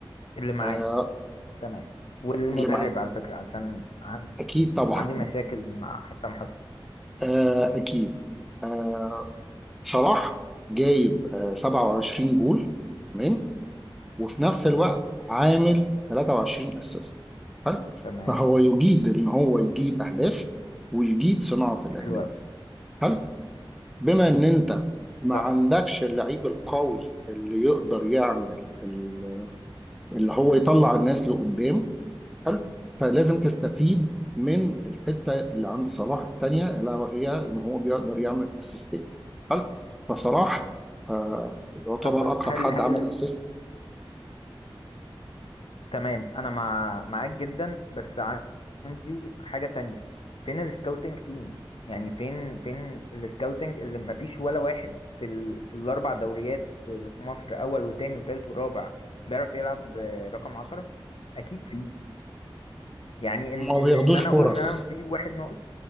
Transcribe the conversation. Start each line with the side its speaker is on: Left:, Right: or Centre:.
Left: اللي معايا
Centre: آه
Left: تمام والمدرب
Centre: اللي معاه
Left: على فكرة علشان عندي
Centre: اكيد طبعا
Left: عندي مشاكل مع حسام حسن
Centre: آه اكيد آه صلاح جايب آه 27 جول تمام وفي نفس الوقت عامل 23 اسيست حلو
Left: تمام
Centre: فهو يجيد ان هو يجيب اهداف ويجيد صناعة الاهداف
Left: حلو قوي
Centre: حلو بما ان انت ما
Left: صح
Centre: عندكش اللعيب القوي اللي يقدر يعمل ال- اللي هو يطلع الناس لقدام حلو فلازم تستفيد من الحتة اللي عند صلاح التانية الا وهي ان هو بيقدر يعمل اسيستات حلو فصلاح آه، يعتبر
Left: طب
Centre: اكتر
Left: هل
Centre: حد
Left: هل
Centre: عمل اسيست
Left: تمام انا مع معاك جدا بس عندي حاجة تانية فين السكاوتنج تيم يعني فين فين السكاوتنج اللي مفيش ولا واحد في ال... في الاربع دوريات اللي في مصر اول وتاني وتالت ورابع بيعرف يلعب آه، رقم عشرة اكيد فيه يعني
Centre: ما
Left: ان ان
Centre: بياخدوش
Left: ان انا
Centre: فرص
Left: اقول ان انا في واحد ناقص